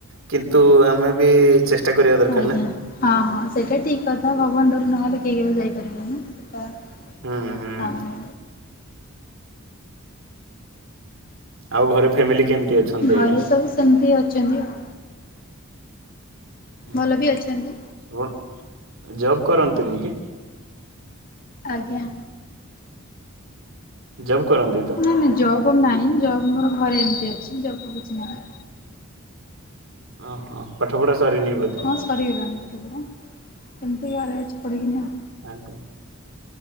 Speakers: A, on the right; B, on the left.
A: କିନ୍ତୁ ଆମେ ବି ଚେଷ୍ଟା କରିବା ଦରକାର
B: ଆଜ୍ଞା।
A: ନା
B: ହଁ ହଁ ସେଇଟା ଠିକ କଥା ଭଗବାନ ଡୋରି ନହେଲେ କେହି କେଉ ଯାଇପାରିବେନି ସେଇଟା ହଁ।
A: ହୁଁ ହୁଁ। ଆଉ ଘରେ ଫ୍ୟାମିଲି କେମିତି ଅଛନ୍ତି?
B: ଘରେ
A: ଆଜ୍ଞା?
B: ସବୁ ସେମିତି ଅଛନ୍ତି ଆଉ।
A: <unintelligible>
B: ଭଲ ବି ଅଛନ୍ତି।
A: ଜବ କରନ୍ତିନି କି?
B: ଆଜ୍ଞା।
A: ଜବ କରନ୍ତିନି।
B: ନାଇଁ ନାାଇଁ ଜବ୍ ନାହିଁ ଜବ୍ ମୋର ଘରେ ଏମିତି ଅଛି ଜବ୍ କିଛି ନାହିଁ।
A: ଓହୋ ପାଠ ପଢା ସରିନି ବୋଧେ?
B: ହଁ ସରିଗଲାଣି ପଟ ପଡ଼ ଏମିତିକା ଆରେ ଅଛି ପଡ଼ିକିନିଉ।
A: ଆଜ୍ଞା ଧଳ